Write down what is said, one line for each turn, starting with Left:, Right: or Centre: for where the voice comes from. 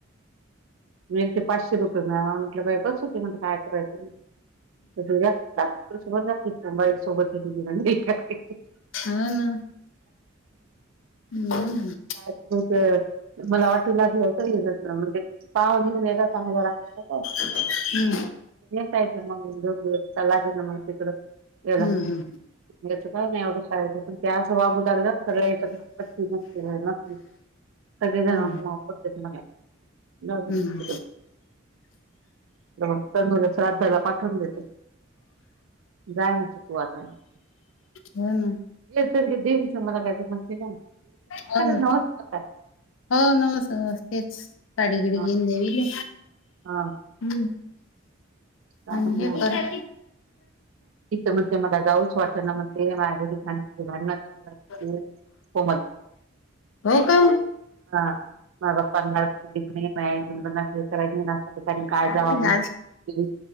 Right: म ते पाचशे रुपये म्या म्हटलं बाई, बस होते म्हण काय करायचं. सोबतातस ना बाई सोबत त
Left: हा ना. हम्म
Right: हमं मला वाटूला घेचंस म्हणजे पाव येऊन येत चांगला रागला काय.
Left: हम्म.
Right: येत हाय मम्मी दोन दिवस चला म्हणाव मावशीकडं
Left: हम्म
Right: येजा. याच काय नाही एवढं शाळेचं, पण त्या असं वागूदार सगळ्या याच्यात <unintelligible> सगळे जण
Left: हम्म
Right: मग बोलतात म्हणं, जाऊदेल
Left: हम्म
Right: तिकडं. मग तुल श्रधाला पाठवून देतो. जाण्याच त वा हे
Left: हो ना
Right: तर दिव मला म्हणच काय
Left: हो ना
Right: नवयसच काय.
Left: हो नऊस नउस तेच साडी घिडी
Right: हा
Left: घेऊन देवीले.
Right: हा
Left: हम्म
Right: काय
Left: आणि
Right: म्हणणार
Left: हे करा.
Right: तिथं म्हणते मला जाऊच वाटत ना म्हणते माझ्या घरी भांडणाचे भांडणं चालू आहे म्हणते
Left: <unintelligible>
Right: कोमल
Left: हो का?
Right: हा पन्नास <unintelligible> हाय, एकोणपन्नास <unintelligible> पण काय
Left: आपल्या
Right: जाऊ आम्ही <unintelligible>